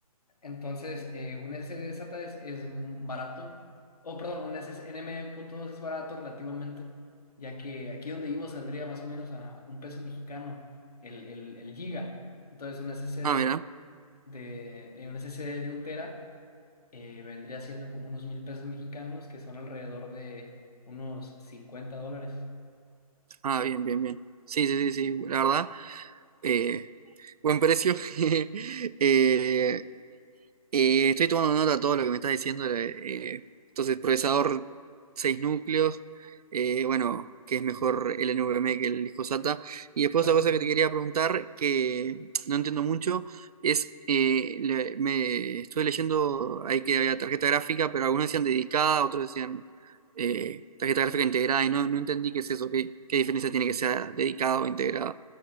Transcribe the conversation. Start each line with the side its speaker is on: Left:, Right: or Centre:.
Left: entonces, eh, un SSD SATA es, es barato, o perdón, un NM.2 es barato relativamente, ya que aquí donde vivo saldría más o menos a un peso mexicano el, el, el giga. Entonces, un SSD
Right: Ah, mira.
Left: de, eh, un SSD de un tera eh, vendría siendo como unos mil pesos mexicanos, que son alrededor de unos 50 dólares.
Right: Ah, bien, bien, bien. Sí, sí, sí, sí. La verdad, eh, buen precio. <laughs> Eh, eh, estoy tomando nota de todo lo que me estás diciendo. eh, entonces, procesador 6 núcleos. eh, bueno, que es mejor el NVMe que el disco SATA. Y después
Left: Claro.
Right: otra cosa que te quería preguntar, que no entiendo mucho, es, eh, le- me estuve leyendo ahí que había tarjeta gráfica, pero algunos decían dedicada, otros decían eh, tarjeta gráfica integrada, y no, no entendí qué es eso, qué, qué diferencia tiene que sea dedicada o integrada.